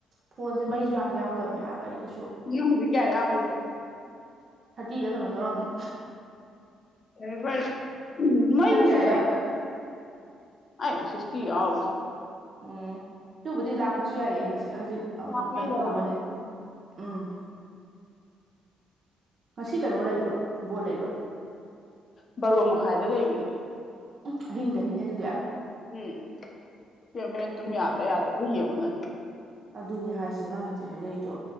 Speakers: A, on the right; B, on the left.
A: ꯐꯣꯟꯖꯦ ꯃꯩꯖꯨ ꯌꯥꯝ ꯌꯥꯎꯗꯞ <unintelligible> ꯑꯩ ꯀꯩꯁꯨ
B: ꯅꯪ ꯍꯨꯖꯤꯛ ꯀꯌꯥ ꯌꯥꯎꯔꯤꯅꯣ
A: ꯊꯥꯔꯇꯤꯔ ꯀꯩꯅꯣꯝ ꯌꯥꯎꯔꯝꯅꯤ
B: ꯐꯔꯦ ꯐꯔ ꯎ ꯃꯩꯖꯦ
A: ꯅꯪ ꯀꯌꯥ
B: ꯀꯩꯅꯣ
A: ꯌꯥꯎꯔꯤꯕ
B: ꯑꯥꯏꯕ ꯁꯤꯛꯁꯇꯤ ꯌꯥꯎꯔꯤ
A: ꯎꯝ ꯗꯨꯕꯨꯗꯤ ꯂꯥꯛꯄꯁꯨ ꯌꯥꯏꯌꯦ ꯉꯁꯤ ꯍꯧꯖꯤꯛ ꯑꯪ
B: ꯂꯥꯛꯅꯤꯗ
A: ꯀꯩꯅꯣ ꯇꯧꯕꯅꯤ
B: ꯂꯥꯛꯄꯩ
A: ꯎꯝ ꯉꯁꯤ ꯀꯩꯅꯣ ꯂꯩꯕ꯭ꯔꯣ ꯕꯣꯜ ꯂꯩꯕ꯭ꯔꯣ
B: ꯕꯔꯣ ꯃꯈꯥꯏꯗ ꯂꯩꯕꯅꯤ
A: ꯎꯝ ꯑꯍꯤꯡꯗꯅꯤꯅꯦ ꯑꯗꯨꯗꯤ
B: ꯎꯝ ꯁꯦ ꯍꯣꯔꯦꯟ ꯇꯨꯝ
A: ꯎꯝ
B: ꯌꯥꯕ꯭ꯔꯥ ꯌꯥꯗꯕ꯭ꯔꯥ ꯌꯦꯡꯉꯣ ꯅꯪ
A: ꯑꯗꯨꯅꯦ ꯍꯥꯏꯁꯦ ꯅꯪ ꯍꯖꯤꯛ ꯍꯥꯏꯔꯛꯏꯗꯣ